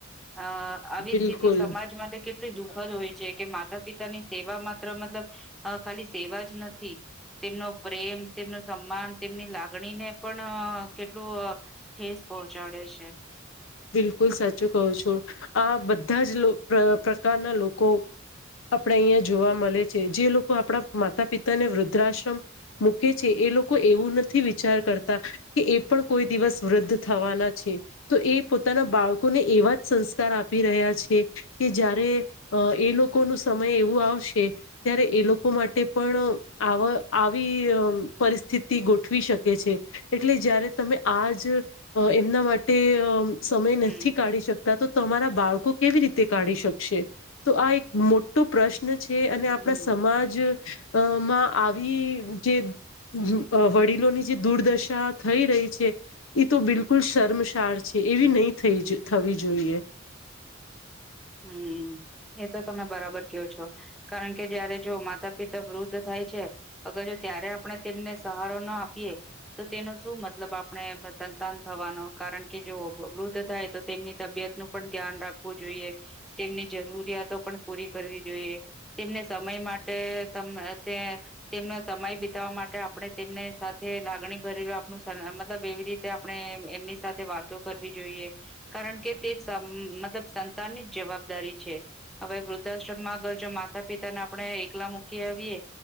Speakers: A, in the centre; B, on the left.
A: આ આવી
B: બિલકુલ
A: સ્થિતિ સમાજ માટે કેટલી <unintelligible> દુઃખદ હોય છે કે માતા પિતાની સેવા માત્ર મતલબ અ ખાલી સેવા જ નથી. તેમનો પ્રેમ તેમનું સન્માન તેમની લાગણીને પણ અ કેટલું અ ઠેસ પહોંચાડે છે.
B: બિલકુલ સાચું કહું છું આ બધા જ લો અ પ્રકારના લોકો આપણે અહિયાં જોવા મલે છે જે લોકો આપણા માતા પિતાને વૃદ્ધાશ્રમ મૂકે છે એ એ લોકો એવું નથી વિચાર કરતા કે એ પણ કોઈ દિવસ વૃદ્ધ થવાના છે તો એ પોતાના બાળકોને એવા જ સંસ્કાર આપી રહ્યા છે કે જયારે અ એ લોકોનું સમય એવું આવશે ત્યારે એ લોકો માટે પણ અ આવ આવી અ પરિસ સ્થિતિ ગોઠવી શકે છે એટલે જયારે તમે આ જ અ એમના માટે અ સમય
A: હમ
B: નથી કાઢી શકતા તો તમારા બાળકો કેવી રીતે કાઢી શકશે તો આ એક મોટો પ્રશ્ન છે
A: હમ
B: અને આપણા સમાજ અ માં આવી અ જે અ વડીલોની જે દુર્દશા થઈ રહી છે એ તો બિલકુલ શર્મશાળ છે. એવી નહી થઈ જ થવી જોઈએ.
A: હમ એ તો તમે બરાબર કો છો કારણ કે જયારે જો માતા પિતા વૃદ્ધ થા <unintelligible> અગર જો ત્યારે આપણે તેમને સહારો ના આપીએ તો તેનો શું મતલબ આપણે સંતાન થવાનો કારણ કે જો અ વૃદ્ધ થાય તો તેમની તબિયત નું પણ ધ્યાન રાખવું જોઈએ. તેમની જરૂરિયાતો પણ પૂરી કરવી જોઈએ તેમને સમય માટે અ તમે અ <unintelligible> તેમનો સમય બીતાવવા માટે આપણે તેમને સાથે લાગણી ભરેલું આપણું સ મતલબ એવી રી આપણે એમની સાથે વાતો કરવી જોઈએ કારણ કે તે <unintelligible> મતલબ સ પોતાની જવાબદારી છે. હવે વૃદ્ધાશ્રમમાં અગળ જો માતા પિતાને આપણે અ એકલા મૂકી આવીએ